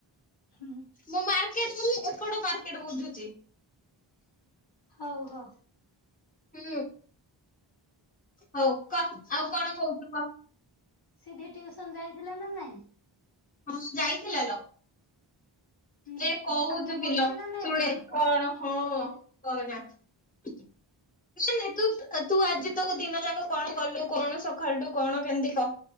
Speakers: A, on the left (about 55°); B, on the left (about 15°).
A: ହୁଁ
B: ମୁଁ ମାର୍କେଟ ଗଲେ ଏପଟ ମାର୍କେଟ ବୁଝୁଛି।
A: ହୋଉ ହୋଉ।
B: ହୁଁ। ହୋଉ କହ ଆଉ କଣ କହୁଛୁ କହ?
A: ସିଧି ଟିଉସନ ଯାଇଥିଲା ନା ନାଇଁ?
B: ହଁ ଯାଇଥିଲା ଲୋ।
A: ହୁଁ
B: ଏ
A: ହୁଁ
B: କହୁଛୁ
A: ପାଠ
B: କିଲୋ
A: ପଢୁଛୁ ନା ନାଇଁ
B: ଶୁଣେ କଣ ହଁ କହନା। ନାଇଁ ନାଇଁ ତୁ ତୁ ଆଜି ତ ଦିନ ଯାକ କଣ କଲୁ କଣ ସକାଳଠୁ କଣ କେମିତି କ?